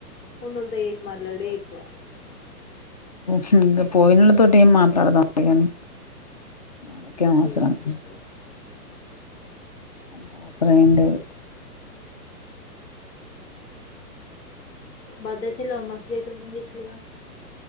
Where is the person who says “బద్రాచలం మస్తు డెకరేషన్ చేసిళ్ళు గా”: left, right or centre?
Left